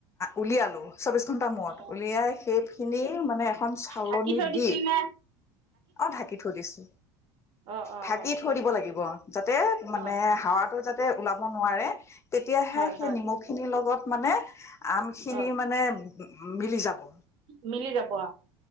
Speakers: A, on the left; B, on the right.
A: উলিয়ালোঁ। চৌব্বিছ ঘণ্টা মূৰত
B: অ
A: উলিয়াই সেই খিনি মানে এখন চালন
B: ঢাকি থৈ দিছিল
A: দি
B: নে
A: অ', ঢাকি থৈ দিছো
B: অ অ
A: ঢাকি
B: অ
A: থৈ দিব লাগিব যাতে মানে
B: অ
A: হাৱাটো যাত ওলাব নোৱাৰে, তেতিয়াহে
B: হয়
A: সেই
B: হয়
A: নিমখ খিনিৰ লগত মানে আমখিনি
B: অ
A: মানে মিলি যাব।
B: মিলি যাব। অ',